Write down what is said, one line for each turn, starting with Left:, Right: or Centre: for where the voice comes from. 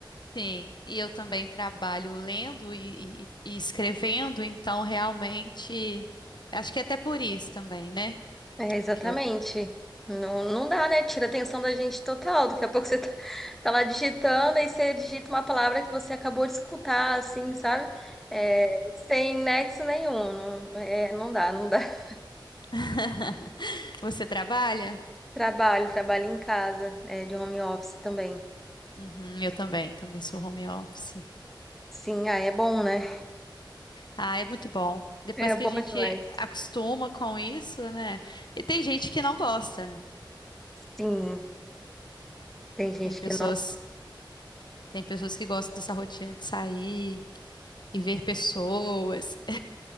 Left: Sim, e eu também trabalho lendo e, e- e escrevendo, então realmente acho que é até por isso também, né?
Centre: É, exatamente.
Left: Que eu...
Centre: Não, não dá, né? Tira a atenção da gente total. Daqui a pouco você tá, <laughs> tá lá digitando, aí você digita uma palavra que você acabou de escutar, assim, sabe? É, sem nexo nenhum. Não, é, não dá, não dá. <laughs>
Left: <laughs> Você trabalha?
Centre: Trabalho, trabalho em casa, é, de home office também.
Left: Uhum, eu também, também sou home office.
Centre: Sim, ah, é bom, né?
Left: Ah, é muito bom. Depois
Centre: É
Left: que
Centre: bom
Left: a gente
Centre: demais.
Left: acostuma com isso, né? E tem gente que não gosta, né?
Centre: Sim, tem gente
Left: Tem pessoas,
Centre: que
Left: tem pessoas que gostam dessa rotina de sair e ver pessoas.